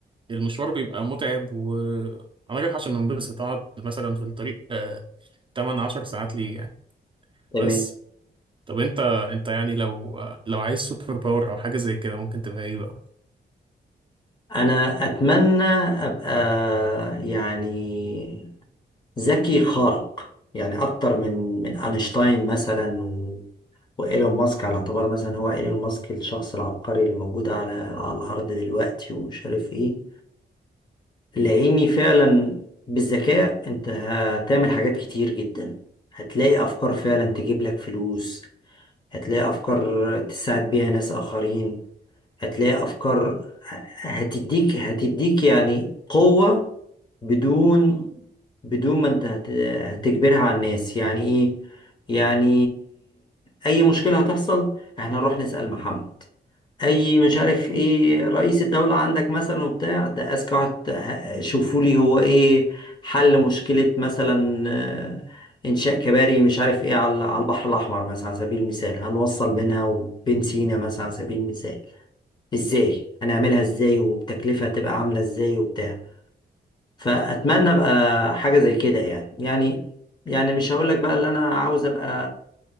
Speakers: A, on the right; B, on the left.
A: المشوار بيبقى متعب وانا رايح عشان انبسط اقعد مثلا في الطريق آه 8 10 ساعات ليه يعني
B: <laughs> تمام
A: بس طب انت انت يعني لو آه، لو عايز سوبر باور او حاجه زي كده ممكن تبقى ايه بقى
B: انا اتمنى ابقى يعني ذكي خارق يعني اكتر من من اينشتاين مثلا و- وايلون ماسك على اعتبار مثلا هو ايلون ماسك الشخص العبقري اللي موجود على على الارض دلوقتي ومش عارف ايه لاني فعلا بالذكاء انت هتعمل حاجات كتير جدا هتلاقي افكار فعلا تجيب لك فلوس هتلاقي افكار تساعد بيها ناس اخرين هتلاقي افكار هتديك هتديك يعني قوة بدون بدون ما انت هت- هتجبرها على الناس يعني ايه يعني اي مشكلة هتحصل احنا نروح نسأل محمد اي مش عارف ايه رئيس الدولة عندك مثلا وبتاع ده اذكى واحد ه- شوفوا لي هو ايه حل مشكلة مثلا آه، انشاء كباري مش عارف ايه على على البحر الاحمر مثلا على سبيل المثال هنوصل بينها وبين سينا مثلا على سبيل المثال ازاي هنعملها ازاي وبتكلفة هتبقى عاملة ازاي وبتاع فأتمنى ابقى حاجة زي كده يعني يعني يعني مش هقولك بقى اللي انا عاوز ابقى